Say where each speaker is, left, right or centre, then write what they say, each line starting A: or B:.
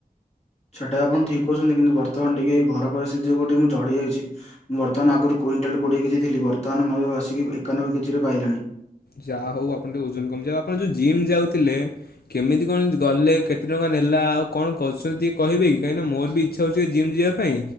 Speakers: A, on the left; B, on the left.
A: ସେଟା ଆପଣ ଠିକ କହୁଛନ୍ତି କିନ୍ତୁ ବର୍ତ୍ତମାନ ଟିକେ ଏଇ ଘର ପରିସ୍ଥିତି ଯୁଉ ଟିକେ ମୁଁ ଝଡି ଯାଇଛି। ମୁଁ ବର୍ତ୍ତମାନ ଆଗରୁ କୁଇଣ୍ଟାଲ କୋଡିଏ କେଜିଥିଲି ବର୍ତ୍ତମାନ ମୁଁ ଏବେ ବସିକି ଏକାନବେ କେଜିରେ ପାଇଲିଣି।
B: ଯାହା ହଉ ଆପଣ ଟିକେ ଓଜନ କମିଯିବ ଆପଣ ଯୋଉ ଜିମ୍ ଯାଉଥିଲେ। କେମିତି କଣ ଗଲେ କେତେ ଟଙ୍କା ନେଲା ଆଉ କଣ କରୁଛନ୍ତି କହିବେ କି କାହିଁକି ନା ମୋର ବି ଇଛା। <unintelligible> ଜିମ୍ ଯିବା ପାଇଁ।